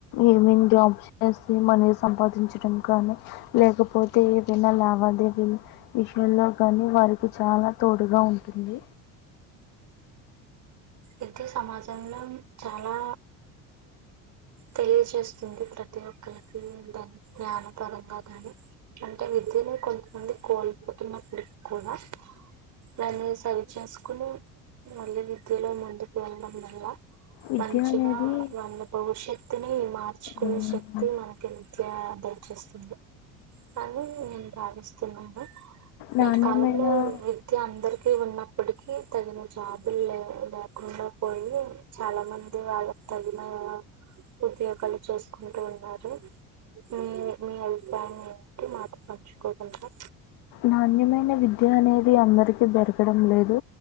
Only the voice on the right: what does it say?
అయితే సమాజంలో చాలా తెలియజేస్తుంది, ప్రతి ఒక్కరికి దాని జ్ఞానపరంగా కాని అంటే విద్యను కొంతమంది కోల్పోతున్నప్పటికి కూడా, దాన్ని సరిచేసుకుని మళ్ళీ విద్యలో ముందుకు వెళ్ళడం వల్ల
మంచిగా
వంద భవిష్యత్ వక్తిని మార్చుకునే
శక్తి మనకి విద్య ఆ దర్ చేస్తుంది, అని నేను భావిస్తున్నాను నేటి
కాలంలో విద్య అందరికీ ఉన్న ఇప్పటికి తగిన జాబులు లే లేకుండా పోయి చాలా మంది వాళ్ళకు తగిన ఉద్యోగాలు చేసుకుంటూ ఉన్నారు మీ మీ అభిప్రాయం ఏంటి మాతో పంచుకోగలరా